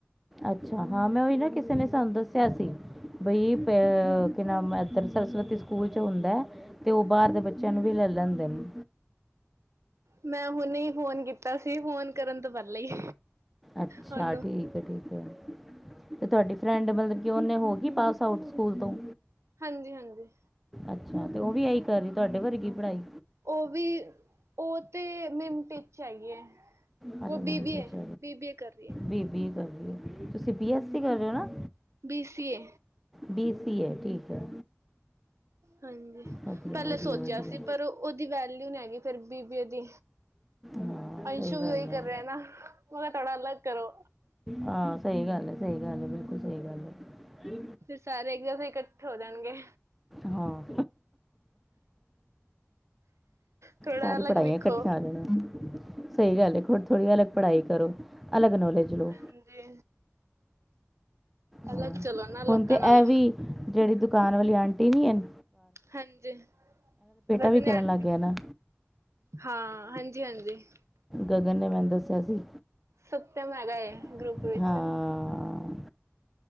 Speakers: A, in the centre; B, on the right.
A: ਅੱਛਾ ਹਾਂ ਮੈਂ ਉਹੀ ਨਾ ਕਿਸੇ ਨੇ ਦੱਸਿਆ ਸੀ ਬਈ ਸਰਸਵਤੀ ਸਕੂਲ ਚ ਹੁੰਦਾ, ਤੇ ਉਹ ਬਾਹਰ ਦੇ ਬੱਚਿਆਂ ਨੂੰ ਵੀ ਲੈ ਲੈਂਦੇ ਨੇ
B: ਮੈਂ ਹੁਨੇ ਹੀ ਫੋਨ ਕੀਤਾ ਸੀ ਫੋਨ ਕਰਨ ਤੋਂ ਪਹਿਲਾਂ ਹੀ
A: ਅੱਛਾ
B: ਉਹਨੂੰ।
A: ਠੀਕ ਹੈ। ਠੀਕ ਹੈ। ਤੁਹਾਡੀ ਫਰੈਂਡ ਮਤਲਬ ਕਿ ਉਹਨੇ ਹੋ ਗਈ ਪਾਸ ਆਊਟ ਸਕੂਲ ਤੋਂ
B: ਹਾਂਜੀ -ਹਾਂਜੀ।
A: ਅੱਛਾ ਤੇ ਉਹ ਵੀ ਆਹੀ ਕਰ ਰਹੀ ਤੁਹਾਡੇ ਵਰਗੀ ਪੜ੍ਹਾਈ
B: ਉਹ ਵੀ ਉਹ ਤੇ ਮੈਮ ਹੈਗੀ ਹੈ।
A: ਹ
B: ਉਹ ਬੀ
A: ਮਿੰਚ
B: ਬੀ ਏ ਬੀ ਬੀ ਏ ਕਰ ਰਹੀ ਹੈ
A: ਬੀਬੀ ਏ ਕਰੀ ਏ ਤੁਸੀ ਬੀ ਐਸ ਸੀ ਕਰ ਰਹੇ ਹੋ ਨਾ।
B: B CA
A: B C A ਹੈ। ਠੀਕ ਹੈ।
B: ਹਾਂਜੀ
A: ਵਧੀਆ
B: ਪਹਿਲੇ
A: ਵਧੀਆ
B: ਸੋਚਿਆ
A: ਵਧੀਆ
B: ਸੀ ਪਰ ਉਹਦੀ ਵੈਲਿਊ ਨਹੀ ਹੈਗੀ ਫਿਰ ਬੀ ਬੀ ਏ ਦੀ
A: ਹਾਂ
B: ਅੰਸ਼ੂ
A: ਸਹੀ ਗੱਲ
B: ਵੀ ਉਹੀ
A: ਹੈ
B: ਕਰ ਰਿਹਾ ਨਾ ਕਿਹਾ ਥੋੜ੍ਹਾ ਅਲੱਗ ਕਰੋ।
A: ਹਾਂ ਸਹੀ ਗੱਲ ਹੈ। ਸਹੀ ਗੱਲ ਹੈ, ਬਿਲਕੁਲ ਸਹੀ ਗੱਲ ਹੈ।
B: ਫਿਰ ਸਾਰੇ ਇੱਕ ਜੈਸੇ ਇਕੱਠੇ ਹੋ ਜਾਣਗੇ
A: ਹਾਂ।
B: ਥੋੜਾ
A: ਸਾਰੀ
B: ਅਲੱਗ
A: ਪੜ੍ਹਾਈਆਂ
B: ਵਿਖੋ।
A: ਇਕੱਠੀਆਂ ਆ ਜਾਣਗੀਆਂ, ਸਹੀ ਗੱਲ ਏ। ਥੋੜ੍ਹੀ ਅਲਗ ਪੜ੍ਹਾਈ ਕਰੋ। ਅਲੱਗ ਨੌਲੇਜ ਲਓ
B: ਹਾਂਜੀ।
A: ਹਾਂ
B: ਅਲਗ ਚਲੋ ਉਹਨਾ ਲੋਕਾਂ
A: ਹੁਣ ਤੇ
B: ਨਾਲੋਂ।
A: ਇਹ ਵੀ ਜਿਹੜੀ ਦੁਕਾਨ ਵਾਲੀ ਆਂਟੀ ਨੀ ਇਹਨ
B: ਹਾਂਜੀ, ਰਜਨੀ
A: ਵੀ ਕਰਨ
B: ਆਂਟੀ,
A: ਲੱਗ ਗਿਆ ਨਾ
B: ਹਾਂ। ਹਾਂਜੀ-ਹਾਂਜੀ।
A: ਗਗਨ ਨੇ ਮੈਨੂੰ ਦੱਸਿਆ ਸੀ।
B: ਸਤਿਅਮ ਹੈਗਾ ਏ।
A: ਹਾਂ।
B: ਗਰੁੱਪ ਵਿੱਚ